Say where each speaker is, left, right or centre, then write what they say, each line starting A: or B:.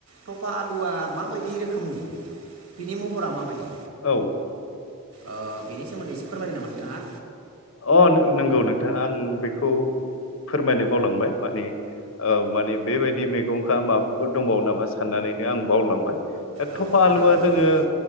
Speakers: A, on the right; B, on the left.
A: थफा आलुआ माबायदि रोखोमनि बिनि महरा माबायदि
B: औ
A: ओ बेनि सोमोन्दै एसे फोरमायगोन नामा नोंथाङा
B: अ नंगौ नोंथा आं बेखौ फोरमायनो बावलांबाय माने ओ माने बेबायदि मैगंआ माबाफोर दंबावो नामा साननानैनो आं बावलांबाय दा
A: औ
B: थफा
A: थारैनो
B: आलुआ
A: नंगौ
B: जोङो
A: नोंथां